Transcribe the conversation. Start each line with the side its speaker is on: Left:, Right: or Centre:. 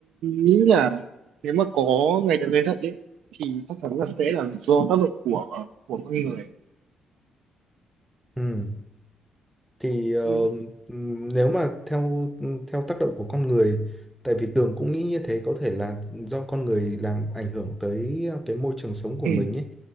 Right: nghĩ là nếu mà có ngày thực tế thật ấy thì chắc chắn là sẽ là do tác động của của con người
Centre: Ừ. Thì ờ,
Right: chứ.
Centre: ừm, nếu mà theo ừ, theo tác động của con người, tại vì Tường cũng nghĩ như thế có thể là do con người làm ảnh hưởng tới ờ, cái môi trường sống của
Right: Ừ,
Centre: mình ấy.